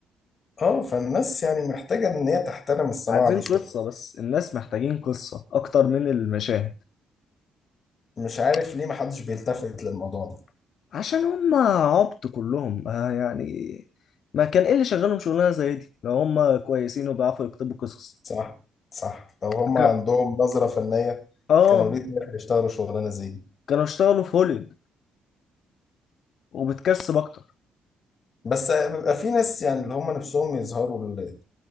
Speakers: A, on the left; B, on the left.
A: اه فالناس يعني محتاجة ان هي تحترم الصناعة
B: عايزين
A: دي شوية
B: قصه بس الناس محتاجين قصه اكتر من المشاهد
A: مش عارف ليه محدش بيلتفت للموضوع ده
B: عشان هم عبط كلهم آه يعني ما كان ايه اللي شغالهم شغلانه زي دي لو هم كويسين وبيعرفوا يكتبوا قصص
A: صح صح لو هم
B: ك-
A: عندهم نظرة فنية
B: اه
A: كانوا ليه طلع يشتغلوا شغلانة زي دي
B: كانوا اشتغلوا في هوليوود وبتكسب اكتر
A: بس بيبقى في ناس يعني اللي هم نفسهم يظهروا بال-